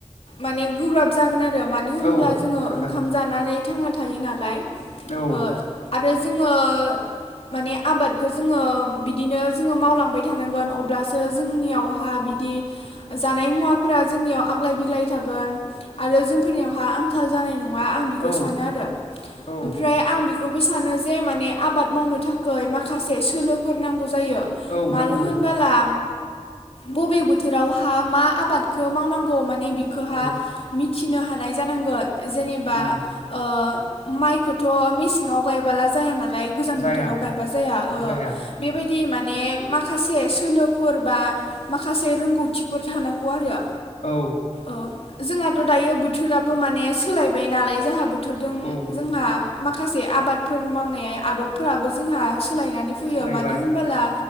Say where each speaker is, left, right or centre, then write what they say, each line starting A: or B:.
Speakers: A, on the left; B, on the left.
A: माने गोब्राब जागोन आरो। मानो
B: औ
A: होमब्ला जोङो
B: जागोन
A: ओंखाम जानानै थांना थायो नालाय
B: औ
A: ओ आरो जोङो माने आबादखौ जोङो बिदिनो जोङो मावलांबाय थानांगोन अब्लासो जोंनियावहा बिदि जानाय मुवाफोरा जोंनियाव आग्लाय बिग्लाय थागोन आरो जोंफोरनियावहा आंखाल जानाय नङा। ङा आं बिखौ
B: औ
A: सानो आरो
B: औ
A: ओमफ्राय आं बेखौबो सानो जे माने आबाद मावनो थाखाय माखासे सोलोफोर नांग ग जायो
B: औ
A: मानो
B: नांगौ
A: होनबोला बबे बोथोरावहा मा आबादखौ मावनांगौ माने बिखौहा
B: औ
A: मि थिनो हानाय जानांगोन। जेनेबा
B: उम
A: ओ माइखौथ थ' मेसेंआव गायबोला जाया ना लाय गोजां
B: जाया
A: बोथोराव गायबा जाया ओ
B: जाया
A: बेबाय दि माने माखासे सोलोफोर बा माखासे रोंगौथिफोर थानांगौ आरो।
B: औ
A: ओ जोंहाथ' दायो बोथोराबो माने सोलायबाय नालाय जोंहा बो थोदजों
B: औ
A: जोंहा माखासे आबादफोर मावनाय आदबफोराबो जोंहा सोलायनानै फैयो
B: सोलायबाय
A: मानो होनबोला